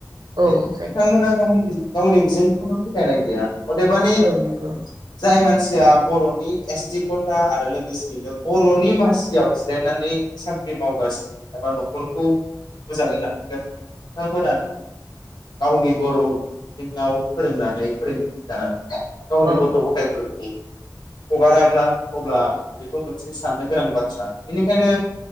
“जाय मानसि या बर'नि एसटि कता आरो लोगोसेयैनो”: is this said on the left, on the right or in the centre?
Left